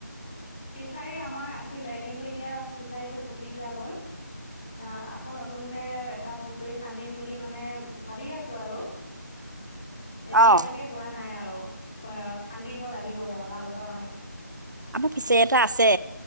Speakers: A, on the left; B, on the right.
A: ফিচাৰী আমাৰ আছিলে। কিন্তু এতিয়া ফিচাৰীটো হৈ গল অ আকৌ নতুনকে এটা পুখুৰী খান্দিম বুলি মানে ভাবি আছো আৰু এতিয়ালৈকে
B: অ
A: হোৱা নাই আৰু খান্দিব লাগিবহে অহা বছৰ মানে
B: আমাৰ ফিচাৰী এটা আছে